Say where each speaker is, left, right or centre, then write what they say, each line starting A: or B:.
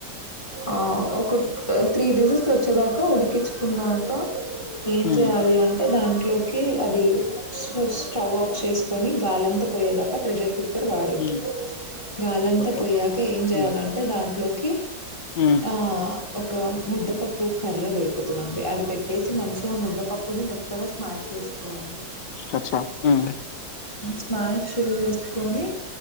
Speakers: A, on the left; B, on the left.
A: ఆ ఒక త్రీ వేసిల్స్ వచ్చేదాకా ఉడికించుకున్నాక ఏం
B: హ్మ్
A: చెయాలి అంటే దానికి లోకి అది స్టవ్ ఆఫ్ చేసుకొని గాలంతా పోయేదాకా ప్రెషర్ కుక్ కు వాడద్దు
B: హ్మ్
A: గాలంతా
B: ఓకే
A: పోయక ఏం చేయాలంటే
B: హ్మ్
A: దాంట్లో ఏ
B: హ్మ్
A: ఆ ఒక ముద్ద పాప్ ప్పు కర్ర దొరుకుతుందండి అది పెట్టేసి మంచిగా ముద్దపప్పుని మెత్తగా స్మాష్ చేసుకోవాలి
B: అచ్చా హ్మ్
A: స్మాష్ చేసేసుకొని